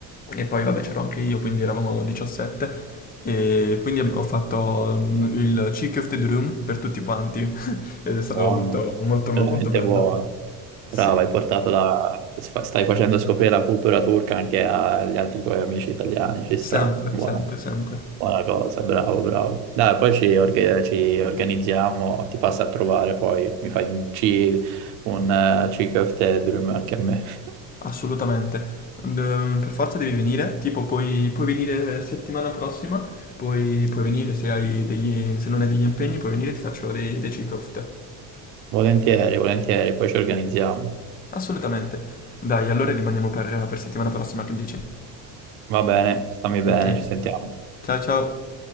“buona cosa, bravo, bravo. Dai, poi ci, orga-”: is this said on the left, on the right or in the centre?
Right